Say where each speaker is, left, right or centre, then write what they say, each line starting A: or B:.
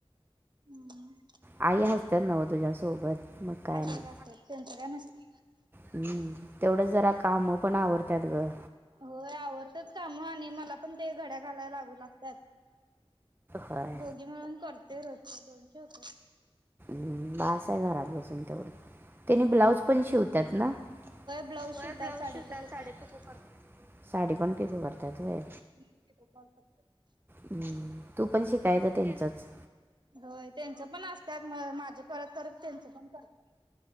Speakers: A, on the right (about 45°); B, on the right (about 20°).
A: हम्म.
B: आई असत्यात न्हवं तुझ्यासोबत? मग काय
A: आजारी
B: नाही
A: असत्यात त्यांचं काय नसतं.
B: हम्म, तेवढंच जरा काम पण आवरत्यात गं.
A: होय आवरतच काम आणि मला पण ते घड्या घालाय लागू लागत्यात.
B: होय
A: दोघी मिळून करतोय रोजचे दोनशे होत्यात.
B: हम्म बास आहे घरात बसून तेवढं. तेनी
A: होय
B: ब्लाऊज पण शिवत्यात ना?
A: ब्लाऊज
B: होय
A: शिवतात
B: ब्लाऊज
A: साडे
B: शिवतात,
A: करतात.
B: साडी पिको करत्यात. साडी पण तेच करत्यात होय?
A: <unintelligible> तु कॉल कर.
B: हम्म तू पण शिकायचं त्यांचंच.
A: होय त्यांचं पण असत्यात, मग माझं करत करत त्यांचं पण करतात.